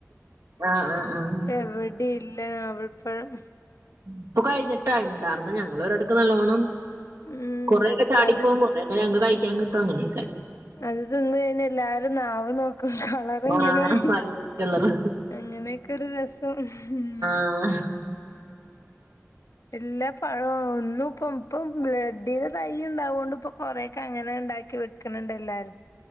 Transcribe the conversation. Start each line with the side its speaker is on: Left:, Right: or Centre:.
Right: ആഹ ആഹ് ആഹ്
Left: എവിടെ ഇല്ല ഞാവൽ പഴം
Right: ഇപ്പൊ കഴിഞ്ഞിട്ടാ ഇണ്ടാർന്നു ഞങ്ങള ഒരടക്ക് നല്ലോണം
Left: ഉം
Right: കുറെക്കെ ചാടിപ്പോകും
Left: അത്
Right: കുറേക്കെ ഞങ്ങക്ക് കഴിക്കാൻ കിട്ടും അങ്ങനെയൊക്കെ
Left: അത് തിന്ന കഴിഞ്ഞ എല്ലാരും നാവ് നോക്കും അതങ്ങനായി
Right: ആഹ് വയലറ്റ് കളറ്
Left: അങ്ങനെയൊക്കെ ഒരു രസം ഉം
Right: ആഹ്
Left: ഇല്ല പഴം ഒന്നും ഇപ്പം ഇപ്പം ബഡ്ഡ് തൈ ഉണ്ടാവ കൊണ്ട് ഇപ്പൊ കൊറെയൊക്കെ അങ്ങനെ ഉണ്ടാക്കി വെ ക്ക്ണ്ണ്ടേല്ലാരും